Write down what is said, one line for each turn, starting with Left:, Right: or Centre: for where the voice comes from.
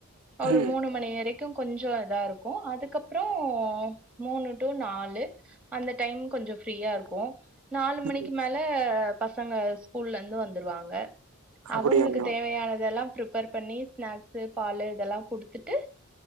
Centre: ஒரு
Right: ம்
Centre: மூணு மணி வரைக் க்கு கொஞ்சம் இதா இருக்கு அதுக்கப்புற மூணு டு நாலு அந்த டைம் கொஞ்ச ஃப்ரீயா இருப்போ நாலு மணிக்கு
Right: ம்
Centre: மேல பசங்க ஸ்கூல்ல இருந்து வந்துருவாங்க
Right: அப்படியாங்க
Centre: அவங்களுக்கு தேவையானதெல்லா பிரிப் பர் பண்ணி ஸ்நாக்ஸு பாலு இதெல்லா குடுத்துட்டு